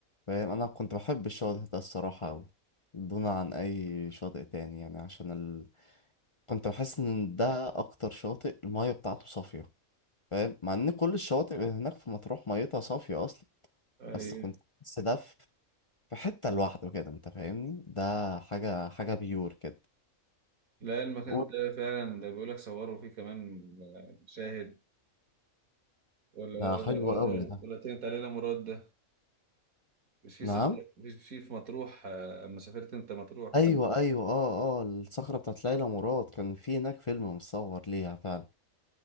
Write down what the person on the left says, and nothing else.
فاهم انا كنت بحب الشاطئ ده الصراحة اوي دون عن اي شاطئ تاني يعني عشان ال... كنت بحس ان ده اكتر شاطئ المية بتاعته صافية فاهم مع ان كل الشواطئ اللي هناك في مطروح ميتها صافية اصلا
بس كنت بحس ده في حتة لوحده كده انت فاهمني ده حاجة حاجة بيور كده
و-
ده
حلو
قوي ده
نعم
ايوه ايوه اه اه الصخرة بتاعت ليلى مراد كان في هناك فيلم متصور ليها فعلا